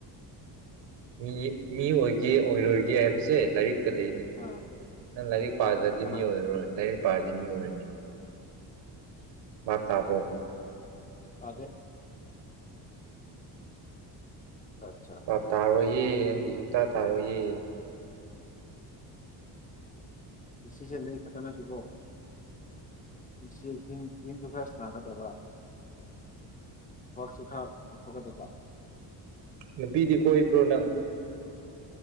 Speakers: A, on the right; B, on the left.
A: ꯃꯤ ꯃꯤ ꯑꯣꯏꯒꯦ ꯑꯣꯏꯔꯣꯏꯒꯦ ꯍꯥꯏꯕꯁꯦ ꯂꯥꯏꯔꯤꯛ ꯂꯩꯅꯦ
B: ꯑꯥ
A: ꯅꯪ ꯂꯥꯏꯔꯤꯛ ꯄꯥꯗ꯭ꯔꯗꯤ
B: ꯁꯥꯔ ꯀꯅꯥ
A: ꯃꯤ ꯑꯣꯏꯔꯔꯣꯏ ꯂꯥꯏꯔꯤꯛ ꯄꯥꯔꯗꯤ ꯃꯤ ꯑꯣꯏꯔꯅꯤ ꯃꯥꯞ ꯇꯥꯕ꯭ꯔꯣ
B: ꯑꯗ ꯑꯠꯆꯥ ꯑꯠꯆꯥ
A: ꯑ ꯇꯥꯔ ꯑꯣꯏ ꯑꯦ ꯅꯪꯗꯤ ꯁꯨꯇꯥꯥ ꯇꯥꯔꯣꯏꯌꯦ
B: ꯄꯨꯟꯁꯤꯁꯦ ꯂꯩ ꯈꯛꯇ ꯅꯠꯇꯀꯣ ꯄꯨꯟꯁꯤꯦ ꯤꯡꯁꯨ ꯈꯔ ꯁꯅꯥꯒꯗꯕ ꯊꯕꯛꯁꯨ ꯈꯔ ꯄꯥꯡꯊꯣꯛꯀꯗꯕ
A: ꯅꯨꯄꯤꯗꯤ ꯀꯣꯏꯕ꯭ꯔꯣ ꯅꯪ